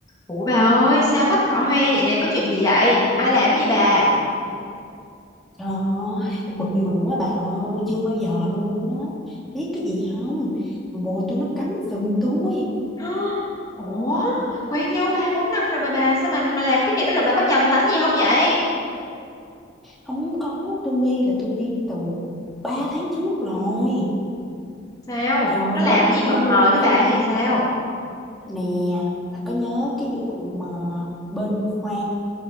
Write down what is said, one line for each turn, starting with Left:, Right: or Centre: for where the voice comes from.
Left: Ủa bà ơi, sao mắt đỏ hoe vậy nè, có chuyện gì vậy? Ai làm gì bà? <gasps>
Centre: Trời ơi, tôi bực mình quá bà ơi, chưa bao giờ luôn á. Biết cái gì không? Thằng Bồ tôi nó cắm sừng tôi.
Left: Hả? Ủa, quen nhau 3 4 năm rồi mà bà, sao mình mà làm cái chuyện đó được bà có nhầm lẫn gì không vậy?
Centre: Không có, tôi nghi là tôi nghi từ 3 tháng trước rồi.
Left: Sao?
Centre: Trời
Left: Nó làm
Centre: đất
Left: gì mập
Centre: ơi luôn.
Left: mờ với bà hay sao?
Centre: Nè, bà có nhớ cái vụ mà bên khoa